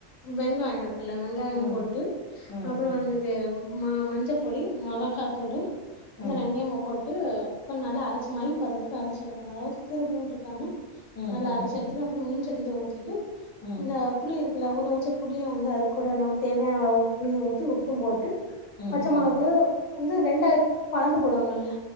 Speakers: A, on the left; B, on the left.
A: வெங்காயொருக் குல்ல வெங்காயோ
B: ம்
A: போட்டு
B: ம்
A: அப்புறோ
B: ம்
A: வந்து தே ம மஞ்சப் பொடி மொளகாத்தூளு இந்த
B: ம்
A: ரெண்டயும போட்டு கொஞ் நல்ல அரச்சி மை பதத்க்கு அரச்சு எடுக்குணு அதாவ்து கிரு கிருன்ருக்காம
B: ம்
A: நல்ல
B: ம்
A: அரைச்சு
B: ம்
A: எடுத்து அப்றோ மீன் சட்டில ஊத்திட்டு
B: ம்
A: இந்த புளி இருக் இல்ல ஊற வச்ச புளிய வந்து அது கூட நம்ம தேவையான அளவு புளியு ஊத்தி உப்பு போட்டு
B: ம்
A: பச்ச மொளகு
B: ம்
A: வந்து ரெண்டாய்த் பணந்து போடுவாங்கல்ல